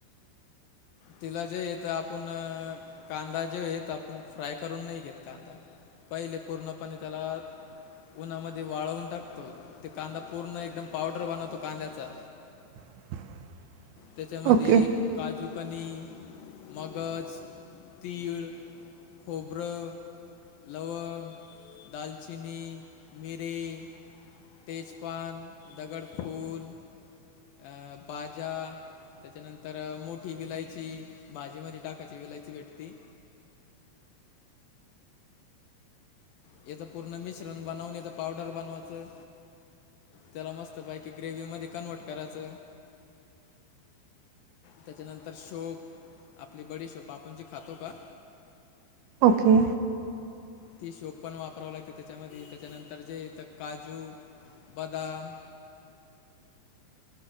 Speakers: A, on the left (about 75°); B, on the right (about 80°).
A: तिला जे येत आपण कांदा जे येत आपण फ्राय करून नाही घेत कांदा. पहिले पूर्णपणे त्याला उन्हामध्ये वाळवून टाकतो ते कांदा पूर्ण एकदम पावडर बनवतो कांद्याचा.
B: <inaudible>
A: त्याच्यामध्ये
B: ओके,
A: काजू पनी, मगज, तीळ, खोबरं. लवंग, दालचिनी, मिरे. त तेजपान, दगडफूल. अ बाजा. त्याच्यानंतर मोठी विलायची भाजीमध्ये टाकाची विलायची भेटते. ह्याच पूर्ण मिश्रण बनवून ह्याच पावडर बनवायचं. त्याला मस्त पायकी ग्रेव्ही मध्ये कन्व्हर्ट करायच. त्याच्यानंतर शोभ आपली बडी शोप आपण जी खातो का.
B: ओके
A: ती शोप पण वापराव लागते त्याच्यामध्ये त्याच्यानंतर जे इथ काजू, बदाम.